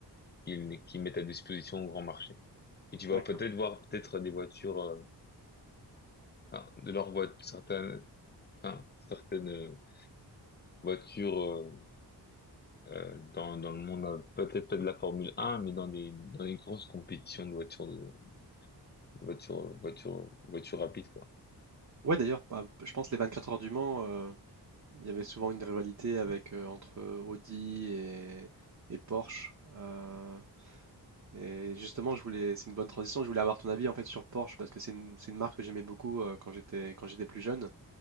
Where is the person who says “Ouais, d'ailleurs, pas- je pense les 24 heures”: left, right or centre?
Right